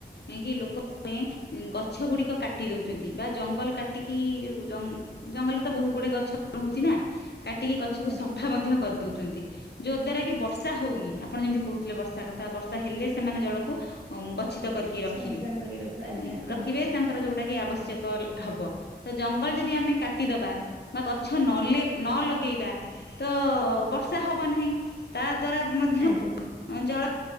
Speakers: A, on the left (about 70°); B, on the right (about 70°).
A: ଇଁ କି ଲୋକ ତେଁ ଉଁ ଗଛ ଗୁଡ଼ିକ କାଟି ଦୋଉଚନ୍ତି ବା ଜଙ୍ଗଲ କାଟିକି ଯୋଉ ଜଂ ଜଙ୍ଗଲେ ତ ବହୁ ଗୁଡ଼େ ଗଛ ରହୁଛି ନା କାଟିକି ଗଛକୁ
B: ଆଜ୍ଞା
A: ସଫା ମଧ୍ୟ କରି ଦୋଉଚନ୍ତି। ଯୋ ଦ୍ଵାରା କି ବର୍ଷା ହଉନି। ଆପଣ ଯେମିତି କହୁଥିଲେ ବର୍ଷା କଥା ବର୍ଷା ହେଲେ ସେମାନେ ଜଳକୁ ଅଁ ଗଚ୍ଛିତ କରିକି ରଖିବେ
B: ସଂରକ୍ଷଣ କରି ରଖିବା ଆଜ୍ଞା
A: ଅମ୍
B: ହଁ
A: ରଖିବେ। ତାଙ୍କର ଯୋଉଟା କି ଆବଶ୍ୟକ ଲ୍ ହବ ତ ଜଙ୍ଗଲ ଯଦି ଆମେ କାଟିଦବା ବା ଗଛ ନଲେ ନ ଲଗେଇବା। ତ ବର୍ଷା ହବ ନାହିଁ ତା ଦ୍ଵାରା ମଧ୍ୟ
B: ଆଜ୍ଞା।
A: ଅଁ ଜଳ